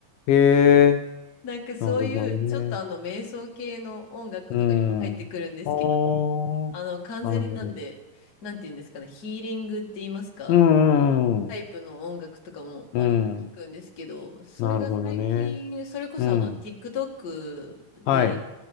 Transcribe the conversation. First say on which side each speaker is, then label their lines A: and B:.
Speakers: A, on the left; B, on the left.
A: へえ、
B: <laughs> なんかそういう、
A: なるほどね。
B: ちょっとあの、瞑想系の音楽とかにも入ってくるんですけど、
A: うん。あー、
B: あの、完全になんで、
A: なるほど。
B: なんて言うんですかね、ヒーリングって言いますか、
A: うん、
B: タイプの音楽とかも割と聞くんですけど、
A: うん、うん。うん
B: それが最近、
A: なるほどね。
B: それこそあの、
A: うん。
B: TikTok で、
A: はい。